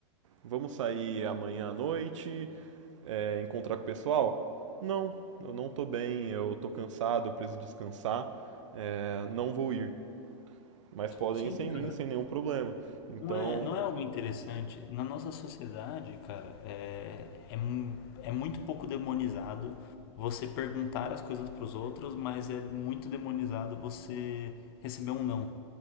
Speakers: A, on the right (about 80°); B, on the left (about 50°).
A: vamos sair amanhã à noite, é, encontrar com o pessoal? Não, eu não tô bem, eu tô cansado, eu preciso descansar, é, não vou ir mas podem
B: Sim,
A: ir sem
B: cara.
A: mim, sem nenhum problema. Então,
B: Não é, não é algo interessante. Na nossa sociedade, cara, é, é, mu- é muito pouco demonizado você perguntar as coisas para os outros, mas é muito demonizado você receber um não